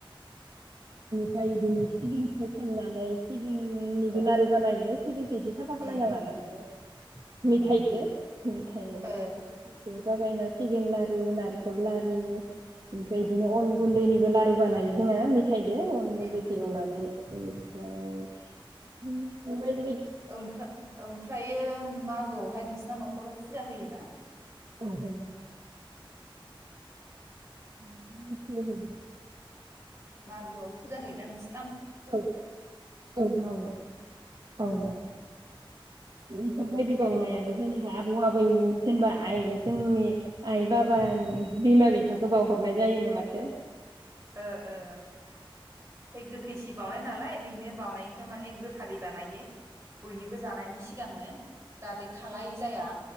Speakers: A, on the right (about 55°); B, on the right (about 30°).
A: ओमफ्राय इदिनो सिबिंखौ सोमनानै सि सिबिंनिबो
B: ओ
A: लारु बानायो सिबिंखो एसे साफा
B: उम
A: खालायना लानांगो
B: उम उम
A: मिथाइजों मिथाइ
B: ओ
A: <unintelligible> सिबिं लारु नारेंखल लारु ओमफ्राय
B: ओ
A: इदिनो अन गुन्दैनि लारु बानायो जोङा फायदो अन गुन्दैखौ
B: उम उम
A: एवनानै इनिफ्राय <inaudible>
B: ओमफ्रा-ओमफ्रायो मागोआवहाय नोंसिना न'खराव फुजा होयोना?
A: औ होयो। <unintelligible>
B: मागोआव फुजा होयोना नोंसि
A: ओ औ बावो बावो
B: ओ ओ
A: इफोरबायदि बावनाया जेनेबा आबौ आबैनि जेनेबा आइ जोंनि आइ बाबानि बिमा बिफाखौ बावहरनाय जायोनो माथो?
B: ओ ओ <unintelligible> थैसि बावनाय नालाय बेनो बावनायखौ माने गोथारै बानायो। बयनिबो जानायनि सिगांनो जाहाथे खालाय जाया